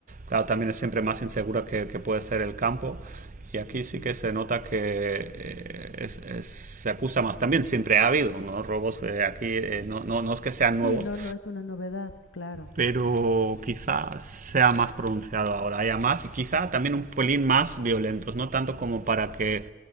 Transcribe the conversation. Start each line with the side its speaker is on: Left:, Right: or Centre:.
Right: claro, también es siempre más insegura que, que puede ser el campo y aquí
Left: ujú.
Right: sí que se nota que eh, es, es- se acusa más. También siempre ha habido ¿no? robos eh, aquí, eh, no, no, no es que sean
Left: Sí,
Right: nuevos,
Left: no, no es una novedad, claro.
Right: pero quizá sea más pronunciado ahora, haya más y quizá también un pelín más violentos, no tanto como para que